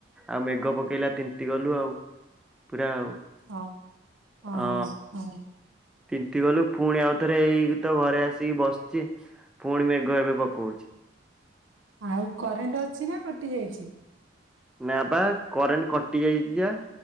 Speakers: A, in the centre; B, on the right.
A: ଆଉ ମେଘ ପକେଇଲା ତିନ୍ତୀ ଗଲୁ ଆଉ ପୁରା ଆଉ।
B: ହଁ ହଁ
A: ହ।
B: ହଁ।
A: ତିନ୍ତି ଗଲୁ ପୁଣି ଆଉ ଥରେ ହେଇକି ତ ଘରେ ଆସିକି ବସିଛି। ପୁଣି ମେଘ ଏବେ ପକାଉଛି।
B: ଆଉ କରେଣ୍ଟ ଅଛି ନା କଟି ଯାଇଛି?
A: ନା ବା କରେଣ୍ଟ କଟି ଯାଇଛି ପା।